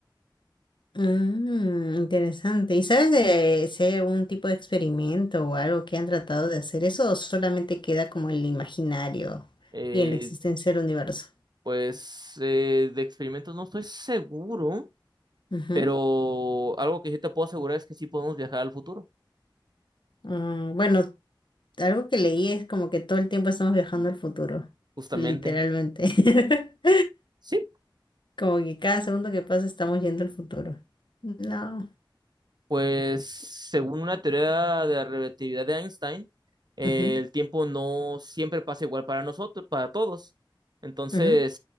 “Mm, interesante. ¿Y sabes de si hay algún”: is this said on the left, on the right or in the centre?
Left